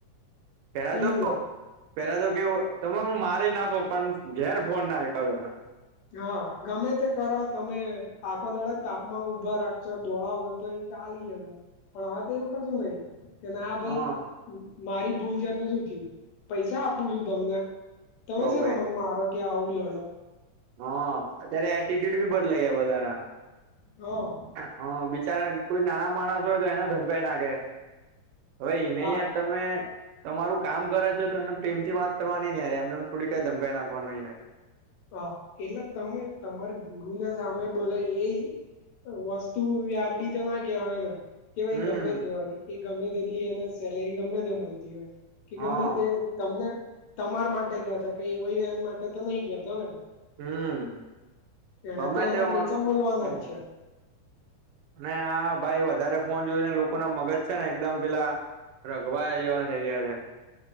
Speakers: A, on the right; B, on the left.
A: પેડા
B: એવી
A: તો
B: વાત
A: અ. પેલા તો કેવું તમે મારી નાખો પણ ઘેર ફોન ના કરો.
B: જો હા ગમે તે કરો તમે આખો દાડે તાપમાન ઉભા રાખશો દોળાવ જતોય. ચાલી જ હજ પણ હવે તો એવું કશું નહી કે ના ભાઈ.
A: હા
B: મારી ભૂલ છે તો શું થયું પૈસા આપું છું તમને તમે
A: તો
B: છે
A: ભાઈ
B: ને મને મારો. કે આવું લડો
A: હા અત્યારે એટટ્યુડ બી બદલાયા બધાના.
B: હ
A: હા બિચારા કોઈ નાના માણસ હોય તો એને ધમકઈ નાખે હવે એ ન
B: હા
A: યાદ તમ. તમે તમારું કામ કરે છો તો એને પ્રેમથી વાત કરવાની ને યાર એમને થોડી કઈ ધમકઈ નાખવાનું યાર
B: તો એટલે તમે તમારા ગુરુને સામે બોલે એ. વસ્તુ વ્યાજબી તો ના કહેવાય ને. કે ભાઈ
A: હમ
B: ગમે તે હોય એ ગમે તે એટલી એને સેલેરી ગમે તે મળતી હોય કે
A: હા
B: ગમે તે. તમને તમાર માટે કેછે કઈ વય એન માટે તો નહી ક્યાતો ને
A: હમ
B: એને
A: ગમે
B: તો એના
A: તે હમ
B: પૈસા મળવાના જ છે.
A: અને આ ભાઈ વધારે ફોન જોઈને લોકો ના મગજ છે ને એકદમ પેલા રઘવાયા જેવા થઇ ગયા છે.